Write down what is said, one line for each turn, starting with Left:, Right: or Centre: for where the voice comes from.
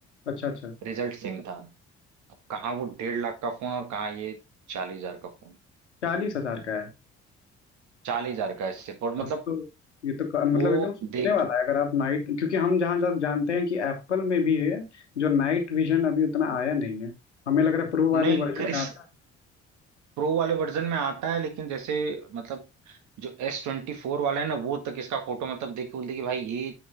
Left: अच्छा अच्छा
Right: रिजल्ट सेम था अब कहाँ वो डेढ़ लाख का फोन और कहाँ ये चालीस हजार का फोन
Left: चालीस हजार का है
Right: चालीस हजार का है सिर्फ और
Left: अब
Right: मतलब
Left: तो ये तो का, मतलब
Right: वो
Left: एकदम सोचने
Right: देख
Left: वाला है अगर आप नाइट क्योंकि हम जहाँ जहाँ जानते हैं कि एप्पल में भी है जो नाइट विजन अभी उतना आया नहीं है हमें लग रहा है प्रो वाले
Right: नहीं
Left: वर्जन
Right: क्रिस
Left: में आता है
Right: प्रो वाले वर्जन में आता है लेकिन जैसे मतलब जो एस ट्वेंटी फोर वाला है ना वो तक इसका फोटो मतलब देख के बोलते हैं कि भाई ये